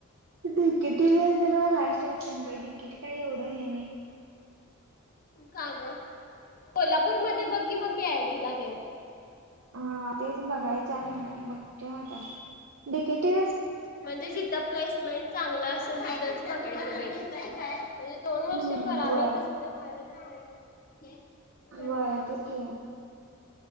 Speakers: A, on the right (about 70°); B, on the left (about 45°).
A: डिकेटीला जरा लास्ट ऑप्शन बा डिकेटी काही एवढं हे नाही
B: का ग कोल्हापूर मध्ये बकी मग आय टीला ते
A: हा तेच बघायच आता बघतो आता डिकेटी
B: म्हणजे जिथं प्लेसमेंट चांगलं असेल तिथंच बघायचं बाई म्हणजे दोन वर्ष
A: हम्म
B: करालोते
A: व्हय
B: आलोय ते व्हायला तर पाहिजे का
A: बर
B: नाही
A: ते्चकी